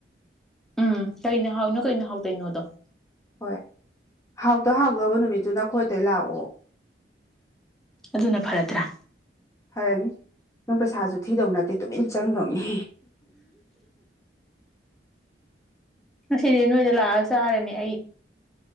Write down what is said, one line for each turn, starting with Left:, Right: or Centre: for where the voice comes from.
Centre: ꯎꯝ ꯀꯩꯅ ꯍꯥꯎꯔꯤꯅꯣ ꯀꯩꯅ ꯍꯥꯎꯇ꯭ꯔꯤꯅꯣꯗꯣ
Left: ꯍꯣꯏ ꯍꯥꯎꯇ ꯍꯥꯎꯗꯕ ꯅꯨꯃꯤꯠꯇꯨꯅ ꯈꯣꯏꯗ ꯂꯥꯛꯑꯣ
Centre: ꯑꯗꯨꯅ ꯐꯔꯗ꯭ꯔꯥ
Left: ꯐꯔꯅꯤ ꯅꯪ ꯄꯩꯁꯥꯁꯨ ꯊꯤꯗꯧ ꯅꯠꯇꯦ ꯇꯨꯃꯤꯟ ꯆꯪꯗꯧꯅꯤ
Centre: ꯉꯁꯤꯗꯤ ꯅꯣꯏꯗ ꯂꯥꯛꯑ ꯆꯥꯔꯅꯤ ꯑꯩ